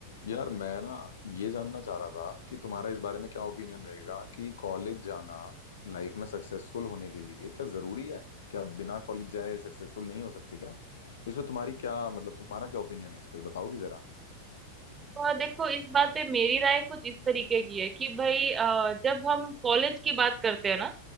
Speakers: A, on the left; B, on the right.
A: यार मैं ना ये जानना चाह रहा था कि तुम्हारा इस बारे में क्या ओपिनियन रहेगा कि कॉलेज जाना लाइफ में सक्सेसफुल होने के लिए क्या जरूरी है क्या बिना कॉलेज जाए सक्सेसफुल नहीं हो सकते क्या इस पे तुम्हारी क्या मतलब तुम्हारा क्या ओपिनियन है इस पे बताओगी जरा
B: तो देखो इस बात पे मेरी राय कुछ इस तरीके की है कि भाई अ, जब हम कॉलेज की बात करते हैं ना